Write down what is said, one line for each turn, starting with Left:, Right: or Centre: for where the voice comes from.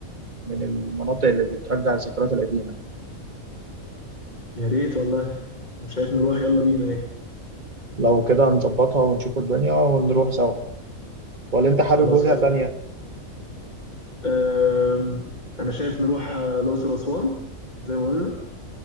Right: من المناطق اللي بترجع الذكريات القديمه يعني.
Left: يا ريت والله انا شايف نروح يلا بينا ايه
Right: لو كده نظبطها ونشوف الدنيا ونروح سوا ولا انت حابب
Left: خلاص
Right: وجهه
Left: يلا
Right: تانيه
Left: بينا أم، انا شايف نروح آه، الاقصر واسوان زي ما قلنا